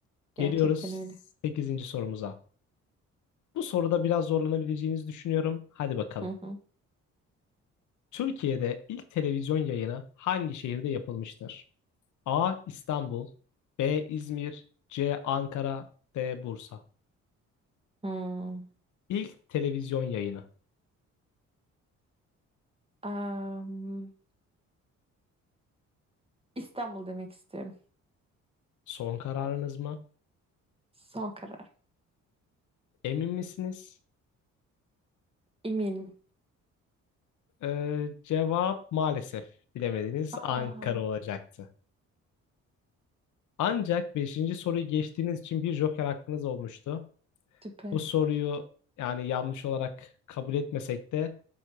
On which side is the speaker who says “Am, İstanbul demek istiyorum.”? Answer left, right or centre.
Right